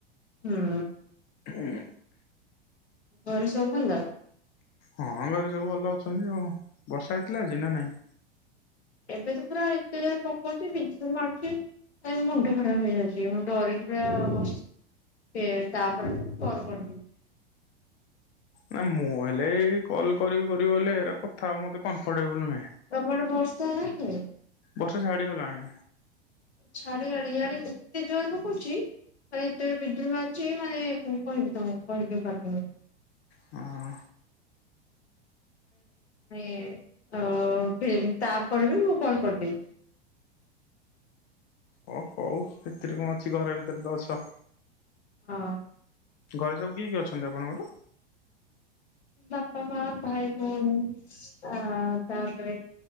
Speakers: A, on the left; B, on the left.
A: ହୁଁ।
B: ହୁଁ।
A: ଘରେ ସବୁ ଭଲ?
B: ହଁ ଘରେ ସବୁ ଭଲ ଅଛନ୍ତି। ଆଉ ବର୍ଷା ହେଇଥିଲା ଆଜି ନା ନାଇଁ?
A: ଏବେ ତ ପୁରା ଏତେ ଜୋରେ ପକଉଛି ବିଜୁଳି ମାରୁଛି। ନାଇ ମୁଣ୍ଡ ଖରାପ ହେଇଯାଉଛି ମୁଁ ଡରିକି <unintelligible> ତାପରେ ମୁଁ କଲ କରିଥିଲି।
B: ନା ମୁଁ ହେଲେ ଏଇ କଲ୍ କରିବି କରିବି ହେଲେ ଏଟ କଥା ହବ ମତେ କମ୍ଫର୍ଟେବୁଲ ନୁହେଁ।
A: ତମର ବର୍ଷା ହଉଛି?
B: ବର୍ଷା ଛାଡ଼ିଗଲାଣି।
A: ଛାଡି ଆଡି ଇଆଡେ କେତେ ଜୋର ପକଉଛି ମାନେ ଏତେ ଜୋରେ ବିଜୁଳି ମାରୁଛି ମାନେ କଣ କହିବି ତମକୁ କହିିବି ପାରିବିନି ମୁଁ?
B: ହଁ।
A: <unintelligible> ତାପରେ ବି ମୁଁ କଲ କରିଦେଇଛି।
B: ଓ ହଉ ସେଥିରେ କଣ ଅଛି ଘର ଭିତରେ ତ ଅଛ।
A: ହଁ।
B: ଘରେ ସବୁ କିଏ କିଏ ଅଛନ୍ତି ଆପଣଙ୍କର?
A: ବାପା, ମା, ଭାଇ ଭଉଣୀ। ଅ ହଁ ତାପରେ